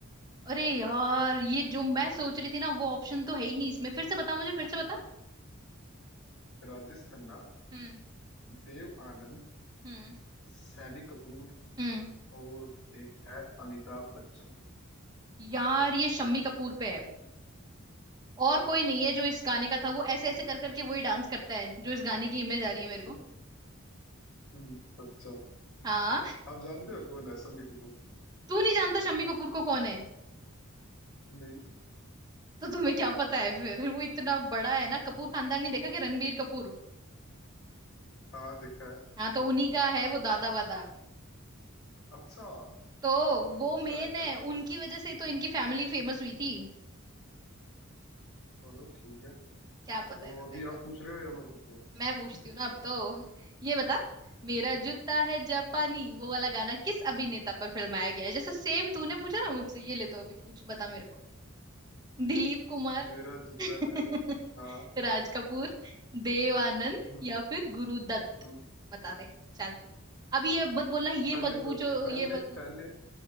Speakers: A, on the right; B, on the left.
A: अरे यार ये जो मैं सोच रही थी ना वो ऑप्शन तो है ही नहीं इसमें फिर से बता मुझे फिर से बता
B: राजेश खन्ना
A: हम्म
B: देव आनंद
A: हम्म
B: सैनी कपूर
A: हम्म
B: और एक है अमिताभ बच्चन
A: यार ये शम्मी कपूर पे है और कोई नहीं है जो इस गाने का था वो ऐसे ऐसे कर करके वही डांस करता है जो इस गाने की इमेज आ रही है मेरे को
B: हम्म हम्म अच्छा
A: हाँ <laughs>
B: आप जानते हो कौन है सैनी कपूर
A: तू नहीं जानता शम्मी कपूर को कौन है
B: नहीं
A: तो तुम्हें क्या पता है फिर वो इतना बड़ा है ना कपूर खानदान नहीं देखा कि रणबीर कपूर
B: हाँ देखा है
A: हाँ तो उन्हीं का है वो दादा वादा
B: अच्छा
A: तो वो
B: ऐसा
A: मेन
B: है क्या
A: है उनकी वजह से तो इनकी फैमिली फेमस हुई थी
B: चलो ठीक है
A: क्या
B: तो
A: पता है तो
B: अभी
A: तेरे
B: आप
A: को
B: पूछ रहे हो या मैं पूछूं
A: मैं पूछती हूँ ना अब तो ये बता मेरा
B: हम्म,
A: जूता है जापानी वो वाला गाना किस अभिनेता पर फिल्माया गया है जैसे सेम तूने पूछा ना मुझसे ये ले तो अभी पूछ बता मेरे को दिलीप
B: <laughs>
A: कुमार
B: मेरा जूता
A: <laughs>
B: है जी हाँ
A: राज कपूर देव आनंद
B: हम्म
A: या फिर गुरुदत्त
B: हम्म
A: बता दे चल अभी ये मत बोलना ये
B: पहले
A: मत पूछो
B: दो पहले
A: ये मत पूछ
B: पहले